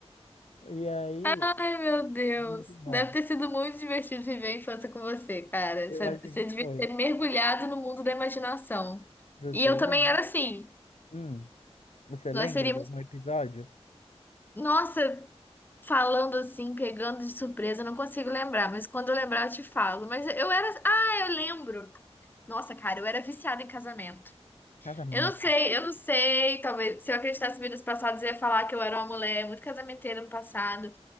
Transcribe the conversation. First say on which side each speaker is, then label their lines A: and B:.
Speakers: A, on the left; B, on the left.
A: E aí,
B: Ai, meu Deus.
A: muito bom.
B: Deve ter sido muito divertido viver a infância com você, cara.
A: Eu
B: Você
A: acho
B: você
A: que
B: devia
A: foi.
B: ter mergulhado no mundo da imaginação.
A: Dos
B: E
A: desenhos.
B: eu também era assim.
A: Hum. Você
B: Nós
A: lembra
B: seríamos.
A: de algum episódio?
B: Nossa, falando assim, pegando de surpresa, eu não consigo lembrar, mas quando eu lembrar eu te falo. Mas eu era. Ah, eu lembro. Nossa, cara, eu era viciada em casamento.
A: Casamento.
B: Eu não sei, eu não sei. Talvez se eu acreditasse em vidas passadas, eu ia falar que eu era uma mulher muito casamenteira no passado.